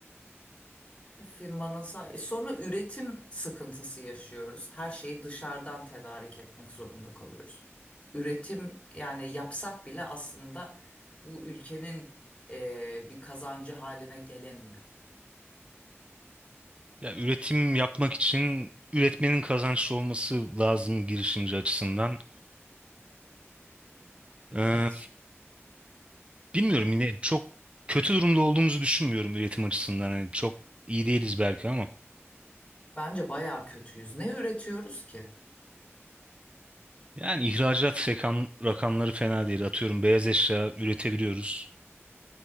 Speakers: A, on the left; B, on the right.
A: Firmanın sa- e, sonra üretim sıkıntısı yaşıyoruz. Her şeyi dışarıdan tedarik etmek zorunda kalıyoruz. Üretim yani yapsak bile aslında bu ülkenin e, bir kazancı haline gelemiyor.
B: Ya üretim yapmak için üretmenin kazançlı olması lazım girişimci açısından. Ee,
A: Evet.
B: bilmiyorum yine çok kötü durumda olduğumuzu düşünmüyorum üretim açısından. Yani çok iyi değiliz belki ama.
A: Bence bayağı kötüyüz. Ne üretiyoruz ki?
B: Yani ihracat rakam, rakamları fena değil. Atıyorum beyaz eşya üretebiliyoruz.